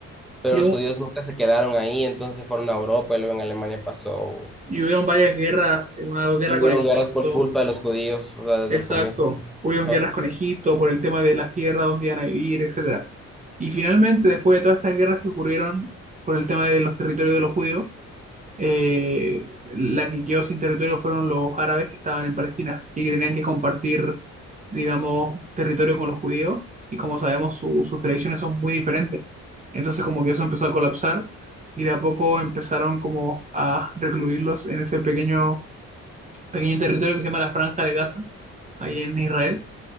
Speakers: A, in the centre; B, on the right.
A: Pero
B: y,
A: los
B: hu-
A: judíos nunca se quedaron ahí, entonces se fueron a Europa, y luego en Alemania pasó
B: y hubieron varias guerras, una guerra
A: Y hubieron
B: con Egipto.
A: guerras por culpa de los judíos, o sea, desde
B: Exacto.
A: el comienzo.
B: Hubieron
A: Ajá,
B: guerras con Egipto por el tema de las tierras, dónde iban a vivir, etcétera. Y finalmente, después de todas estas guerras que ocurrieron por el tema de los territorios de los judíos, eh, la que quedó sin territorio fueron los árabes que estaban en Palestina y que tenían que compartir, digamos, territorio con los judíos. Y como sabemos, su- sus tradiciones son muy diferentes. Entonces, como que eso empezó a colapsar y de a poco empezaron como a recluirlos en ese pequeño pequeño territorio que se llama la Franja de Gaza, ahí en Israel.